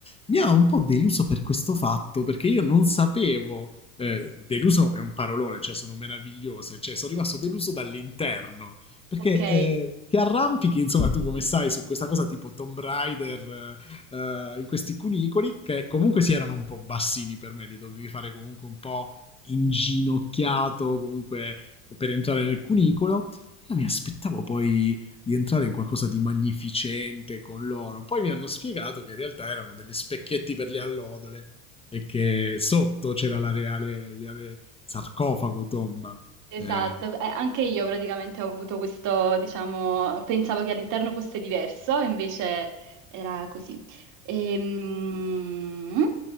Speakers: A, on the left; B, on the right.
A: mi ha un po' deluso per questo fatto, perché io non sapevo. Eh, deluso è un parolone, cioè sono meravigliose, cioè sono rimasto deluso dall'interno, perché
B: Ok, Sì,
A: eh, ti arrampichi, insomma, tu come sai, su questa cosa tipo Tomb Raider, eh, in questi cunicoli, che comunque si erano un po' bassini per me, li dovevi fare comunque un po' inginocchiato, comunque per entrare nel cunicolo. Io mi aspettavo poi di entrare in qualcosa di magnificente con loro. Poi mi hanno spiegato che in realtà erano degli specchietti per le allodole e che sotto c'era la reale, reale sarcofago tomba.
B: esatto.
A: Eh,
B: esatto. Eh, anche io praticamente ho avuto questo, diciamo, pensavo che all'interno fosse diverso, invece era così. Ehm,